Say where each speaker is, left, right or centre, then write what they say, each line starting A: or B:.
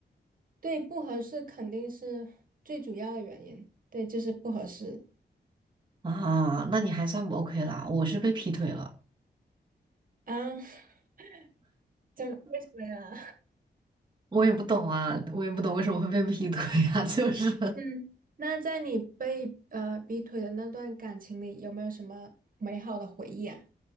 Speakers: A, on the right; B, on the right.
A: 对，不合适肯定是最主要的原因。对，就是不合适
B: 啊，那你还算不 OK 啦，我是被劈腿了，
A: 啊。<laughs> 怎么为什么呀？
B: 我也不懂啊，我也不懂为什么会被劈腿啊，<laughs> 就是。
A: 嗯，那在你被呃逼退的那段感情里，有没有什么美好的回忆啊？